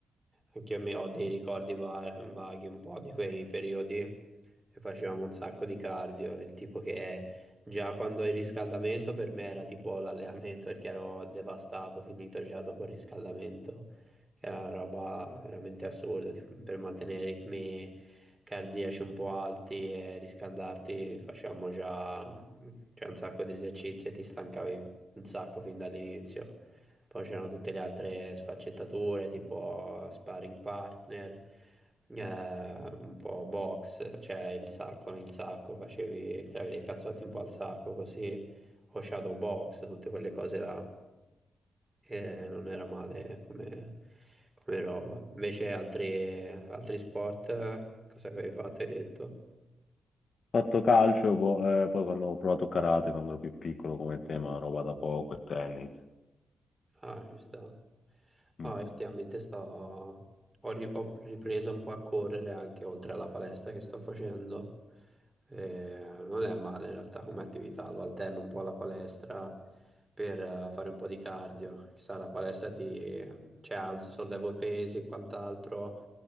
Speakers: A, on the right (about 20°); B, on the left (about 60°).
A: anche io mi ho dei ricordi va- vaghi un po' di quei periodi che facevamo un sacco di cardio, del tipo che già quando il riscaldamento per me era tipo l'allenamento perché ero devastato, finito già dopo il riscaldamento, che era una roba veramente assurda, tipo, per mantenere i ritmi cardiaci un po' alti e riscaldarti facevamo già, cioè, un sacco di esercizi e ti stancavi un sacco fin dall'inizio. Poi c'erano tutte le altre sfaccettature, tipo sparring partner, eh, un po' box, cioè il sacco, con il sacco, facevi, tiravi dei cazzotti un po' al sacco, così, o shadow box, tutte quelle cose là. E non era male come, come roba. Invece altri, altri sport, eh, cosa avevi fatto, hai detto?
B: Fatto calcio, po- eh, poi quando ho provato karate, quando ero più piccolo come tema, roba da poco e tennis.
A: Ah, ci sta.
B: Mm.
A: Ah, io ultimamente sto... ho, ri- ho ripreso un po' a correre anche oltre alla palestra che sto facendo. Eh, non è male in realtà come attività, lo alterno un po' alla palestra per eh, fare un po' di cardio. Chissà, la palestra ti... cioè, alzo, sollevo i pesi e quant'altro,